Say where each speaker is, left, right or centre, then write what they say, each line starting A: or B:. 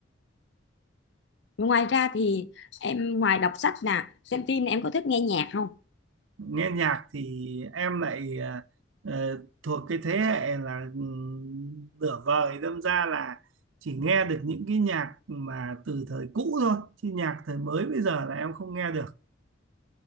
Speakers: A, on the left; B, on the right.
A: Ngoài ra thì em ngoài đọc sách nè, xem phim nè, em có thích nghe nhạc không?
B: nghe nhạc thì em lại ờ, ờ, thuộc cái thế hệ là ừm, nửa vời đâm ra là chỉ nghe được những cái nhạc mà từ thời cũ thôi chứ nhạc thời mới bây giờ là em không nghe được